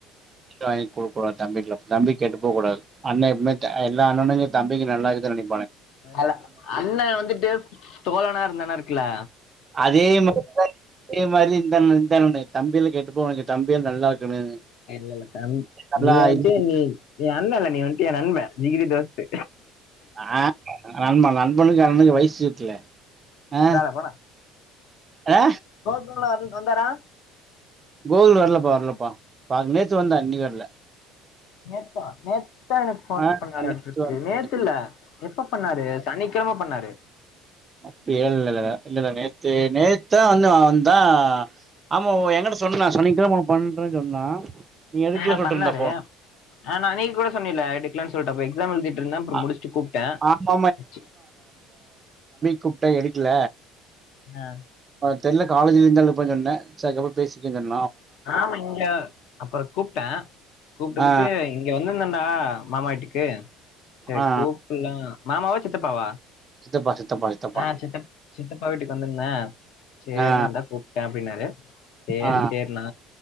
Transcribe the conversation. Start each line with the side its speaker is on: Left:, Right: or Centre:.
Right: டு வாங்கி குடுக்க கூடாது தம்பிக்லா தம்பி கெட்டு போ கூடாது அண்ண எப்பமே த எல்லா அண்ணனுமே தம்பிங்க நல்லா இருக்க நெனை
Left: ஹலோ அண்ணன் வந்துட்டு தோழனா அந்த அண்ண இருக்குல
Right: அதே மாதிரி தான் இதே மாதிரி இந்த அண்ணனு இந்த அண்ணனு தம்பியெல்லா கெட்டு போவானுங்க தம்பிய நல்லா இருக்கணும்.
Left: இல்ல இல்ல தம்
Right: நல்லா
Left: நீ வச்சி
Right: இது-
Left: நீ அண்ணல்ல நீ வந்துட்டு என் நண்பேன் ஜிகிரி தோஸ்து
Right: நா நண்ப ந நண்பனுக்கு அண்ணணுக்கு வயசு இருக்குல ஆ
Left: வேலை போனா
Right: ஆ
Left: கோலாரு வந்தாரா
Right: கோகுல் வர்லப்பா வர்லப்பா பாக் நேத்து வந்தான் இன்னிக்கு வர்ல
Left: நேத்தா நேத்துதா எனக்கு ஃபோன்
Right: ஆ
Left: பண்ணாறாட்டுருக்கு
Right: நேத்து வந்தான்
Left: நேத்து இல்ல எப்ப பண்ணாரு சனிக்கெழம பண்ணாரு
Right: அப்டியேஇல்லேல்ல இல்லல்ல நேத்து நேத்து தான் வந்து வந்தான் ஆமா எங்கிட்ட சொன்னான் சனிக்கெழம ஒன்னு பண்றன் சொன்னா நீ எடுக்கல
Left: ஆ நா
Right: சொல்ட்டு
Left: பண்ணாரு
Right: இருந்தா ஃபோன்
Left: ஆ நா நீ கூட சொன்னியில்ல எடுக்லேன் சொல்லிட் எக்ஸாம் எழுதிட் ருந்த அப்றோ
Right: ஆ
Left: முடிச்சிட் கூப்ட்டேன்
Right: ஆமா
Left: ச்
Right: கூப்ட்டா எடுக்ல
Left: ஆ
Right: தெர்ல காலேஜ் இருந்தா இருப்பான் கண்ணு சரி பேசிக்கலாம் கண்ணு
Left: ஆமா இங்க அப்றோ கூப்ட்டே கூப்ட்டதுக்கு
Right: ஆ
Left: இங்க வந்து இந் ஆ மாமா வீட்டுக்கு செர்
Right: ஆ
Left: கூப்புல்லா மாமாவா சித்தப்பாவா
Right: சித்தப்பா சித்தப்பா சித்தப்பா
Left: ஆ சித்தப் சித்தப்பா வீட்டுக்கு வந்துருந்தே சேரின்னே
Right: ஆ
Left: அதா கூப்பிட்டே அப்படின்னாரு சேரி
Right: ஆ
Left: சேரி நா